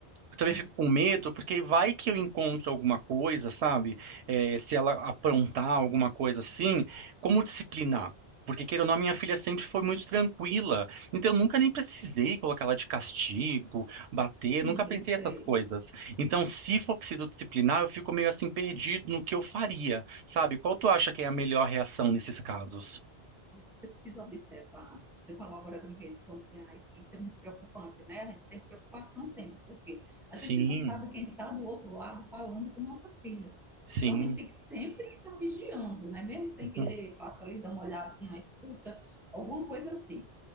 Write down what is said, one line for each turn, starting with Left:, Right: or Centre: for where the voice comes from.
Right: Eu também
Centre: hum,
Right: fico com medo, porque vai que eu encontro alguma coisa, sabe? É, se ela aprontar alguma coisa assim, como disciplinar? Porque, queira ou não, minha filha sempre foi muito tranquila. Então, eu nunca nem precisei colocar ela de castigo, bater,
Centre: sim,
Right: nunca pensei
Centre: eu sei.
Right: essas coisas. Então, se for preciso disciplinar, eu fico meio assim perdido no que eu faria, sabe? Qual tu acha que é a melhor reação nesses casos?
Centre: Mas Você precisa observar. Você falou agora das redes sociais, e isso é muito preocupante, né? A gente tem preocupação sempre, porque a gente
Right: Sim,
Centre: não sabe quem está do outro lado falando com nossas filhas.
Right: sim.
Centre: Então a gente tem que sempre estar vigiando, né? Mesmo sem
Right: <laughs>
Centre: querer, passa ali, dá uma olhadinha, escuta, alguma coisa assim.